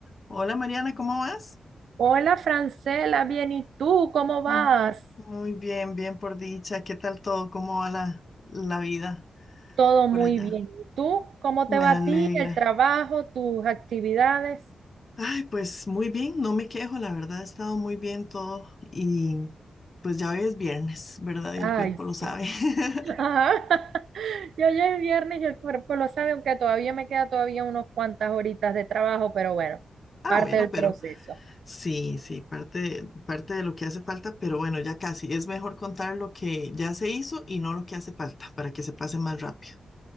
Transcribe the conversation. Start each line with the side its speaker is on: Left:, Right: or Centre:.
Left: Hola Mariana, ¿cómo vas?
Right: Hola Francela, bien, ¿y tú cómo
Left: Mm,
Right: vas?
Left: Muy bien, bien por dicha. ¿Qué tal todo? ¿Cómo va la, la vida
Right: Todo
Left: por
Right: muy
Left: allá?
Right: bien. ¿Y tú cómo te
Left: Me
Right: va a
Left: alegra.
Right: ti, el trabajo, tus actividades?
Left: Ay, pues muy bien, no me quejo, la verdad ha estado muy bien todo y pues ya hoy es viernes, ¿verdad? Y
Right: Ay,
Left: el cuerpo lo sabe.
Right: sí.
Left: <laughs>
Right: Ajá. <laughs> Yo ya es viernes y el cuerpo lo sabe, aunque todavía me queda todavía unas cuantas horitas de trabajo, pero bueno,
Left: Ah,
Right: parte
Left: bueno,
Right: del
Left: pero
Right: proceso.
Left: sí, sí, parte, de- parte de lo que hace falta, pero bueno, ya casi. Es mejor contar lo que ya se hizo y no lo que hace falta para que se pase más rápido.